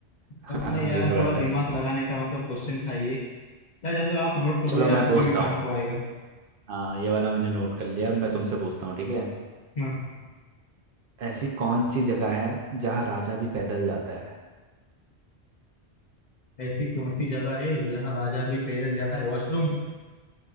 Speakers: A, on the right; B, on the left.
A: हाँ
B: तो अपना
A: हाँ
B: यार
A: ये थोड़ा
B: थोड़ा
A: टफ
B: दिमाग
A: था
B: लगाने का मतलब क्वेश्चन था ये यार जान दो आप नोट कर
A: चलो
B: लो यार
A: मैं
B: कभी
A: पूछता
B: भी काम
A: हूँ
B: को आएगा
A: हाँ ये वाला मैंने नोट कर लिया अब मैं तुमसे पूछता हूँ ठीक है
B: हाँ
A: ऐसी कौन सी जगह है जहाँ राजा भी पैदल जाता है
B: ऐसी कौन सी जगह है जहाँ राजा भी पैदल जाता है वॉशरूम